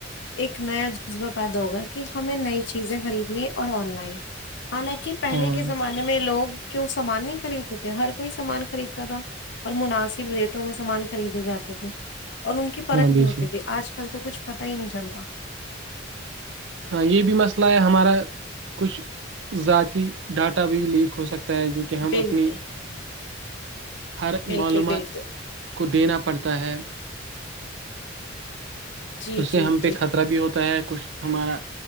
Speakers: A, on the left; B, on the right.
A: ایک نیا جذبہ پیدا ہوگا کہ ہمیں نئی چیزیں خریدنی اور آن لائن حالانکہ پہلے
B: ہاں
A: کے زمانے میں لوگ کیوں سامان نہیں خریدتے تھے ہر کوئی سامان خریدتا تھا اور مناسب ریٹوں میں سامان خریدے جاتے تھے اور ان کی پرکھ
B: ہاں بے
A: بھی ہوتی
B: شک
A: تھی آج کل تو کچھ پت ہی نہیں چلتا
B: ہاں یہ بھی مسئلہ ہے ہمارا کچھ ذاتی ڈاٹا بھی بھی لیک ہو سکتا ہے جو کہ ہم
A: بالکل
B: اپنی ہر
A: بالکل
B: معلومات
A: بالکل
B: کو دینا پڑتا ہے
A: جی
B: اس سے
A: جی
B: ہم پہ
A: جی
B: خطرہ بھی ہوتا ہے کچھ ہمارا